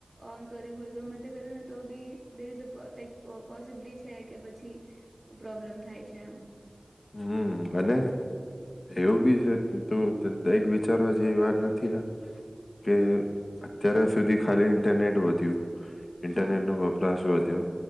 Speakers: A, on the right; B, on the left.
A: ઓન કર્યું હોય ગમે તે કર્યું ને તો બી ધેર ઇઝ અ પ લાઈક પ પોસિબિલિટી છે કે પછી પ્રોબ્લેમ થાય છે એમ
B: હમમ અને એવું બી છે તું એક વિચારવા જેવી વાત નથી આ કે અત્યાર સુધી ખાલી ઇન્ટરનેટ વધ્યું. ઇન્ટરનેટ
A: હા
B: નો વપરાશ વઅ તે